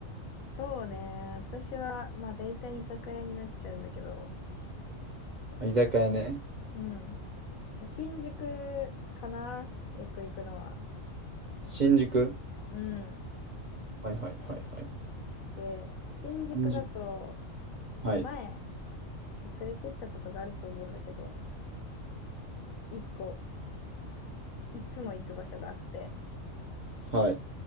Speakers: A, on the left; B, on the right.
A: そうね。私は、まあ大体居酒屋になっちゃうんだけど。
B: あ居酒屋ね。
A: うん。新宿かなよく行くのは。
B: 新宿
A: うん。
B: はいはいはいはい。
A: で、新宿だと、
B: 新宿はい。
A: まあ前、ちょっと連れて行ったことがあると思うんだけど、一個いつも行く場所があって、
B: はい。